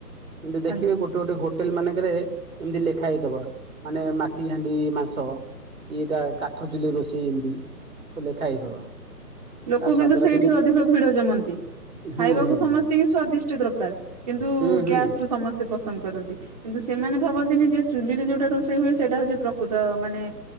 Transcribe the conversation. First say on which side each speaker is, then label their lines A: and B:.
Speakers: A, on the right; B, on the right.
A: କିନ୍ତୁ ଦେଖିବେ
B: ଆଜ୍ଞା।
A: ଗୋଟେ ଗୋଟେ ହୋ ଟେଲ ମାନଙ୍କରେ ଏମିତି ଲେଖା ହେଇଥିବ ମାନେ ମାଟି ହାଣ୍ଡି ମାଂସ। ଏଇଟା କାଠ ଚୁଲି ରୋଷେଇ ଏମତି ସବୁ ଲେଖା ହେଇଥିବ।
B: ଲୋକ
A: ତା ସ୍ଵାଦ
B: କିନ୍ତୁ ସେଇଠି
A: ଟା
B: ଅଧିକ ଭିଡ ଜମାନ୍ତି। ଖାଇବାକୁ
A: ହୁଁ ହୁଁ
B: ସମସ୍ତେ
A: ହୁଁ
B: ହି ସ୍ଵାଦିଷ୍ଟ ଦରକାର କିନ୍ତୁ
A: ହୁଁ ହୁଁ ହୁଁ
B: ଗ୍ୟାସ କୁ ସମସ୍ତେ ତେ ପସନ୍ଦ କରନ୍ତି କିନ୍ତୁ ସେମାନେ ଭାବନ୍ତିନି ଯେ ଚୁଲି ରେ ଯୋଉଟା ରୋଷେଇ ହୁଏ ସେଇଟା ହଉଛି ପ୍ରକୃତ ମାନେ